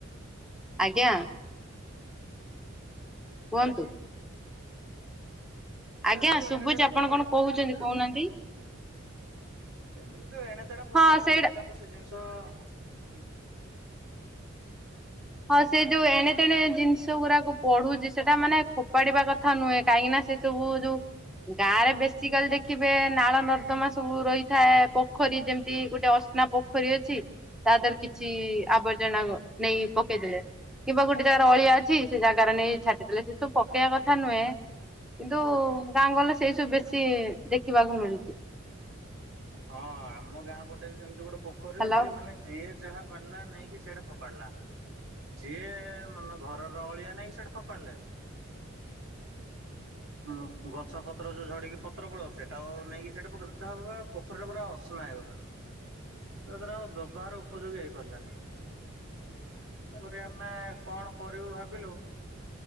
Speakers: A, in the centre; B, on the right (about 75°).
A: ଆଜ୍ଞା।
B: ହ୍ୟାଲୋ
A: କୁହନ୍ତୁ। ଆଜ୍ଞା
B: ଏ ଯୋଉ
A: ସୁଭୁଚି
B: ଏଣେ ତେଣେ
A: ଆପଣ
B: ଫୋପାଡ
A: କଣ କହୁଛନ୍ତି କହୁନାହାନ୍ତି।
B: ଏମ ଯୋଉ ଏଣେ ତେଣେ ଫୋପୋଡା
A: ହଁ ସେଇଟା
B: ହଉଛି ତାକୁ ସେ ଜିନିଷ ହୁଁ।
A: ହଁ ସେ ଯୋଉ ଏଣେ ତେଣେ ଜିନିଷ ଗୁଡାକୁ ପଢୁଛି ସେଟାମାନେ ଫୋପାଡ଼ିବା କଥା ନୁହେଁ କାହିଁକି ନା ସେ ସବୁ ଯୋଉ ଗାଁ ରେ ବେଶୀ କାଲି ଦେଖିବେ ନାଳ ନର୍ଦ୍ଦମା ସବୁ ରହିଥାଏ ପୋଖରୀ ଯେମ ଗୋଟେ ଅସ୍ନା ପୋଖରୀ ଅଛି ତା ଦେହରେ କିଛି ଆବର୍ଜନା ନେଇ ପକେଇଥିଲେ କିମ୍ବା ଗୋଟେ ଜାଗାରେ ଅଳିଆ ଅଛି ସେ ଜାଗାରେ ନେଇ ଛାଟିଥିଲେ ସେ ସବୁ ପକେଇବା କଥା ନୁହେଁ। କିନ୍ତୁ ଗାଁ ଗହଳିରେ ସେଇସବୁ ବେଶୀ ଦେଖିବାକୁ ମିଳୁଛି।
B: ହଁ ଆମ ଗାଁ ପଟେ ବି ସେମିତି ଗୋଟେ ପୋଖରୀ
A: ହ୍ୟାଲୋ
B: ଅଛି ମାନେ ଯିଏ ଯାହା ପରିଲା ନେଇକି ସେଇଠେ ଫୋପାଡିଲା। ଯିଏ ମାନେ ଘରର ଅଳିଆ ନେଇକି ସେଠି ଫୋପାଡିଲେ ହ ଗଛପତ୍ର ପତ୍ର ଝଡିକି ପତ୍ର ପଡିବ ସେଟା ନେଇକି ସେଇଠେ ପକେଇଲେ <unintelligible> ପୋଖରୀଟା ପୁରା ଅସନା ହେଇଗଲା ଯଦ୍ୱାରା ଆଉ ବ୍ୟବହାର ଉପଯୋଗୀ ହେଇପାରିଲାନି ତେଣୁକରି ଆମେ କଣ କରିବୁ ଭାବିଲୁ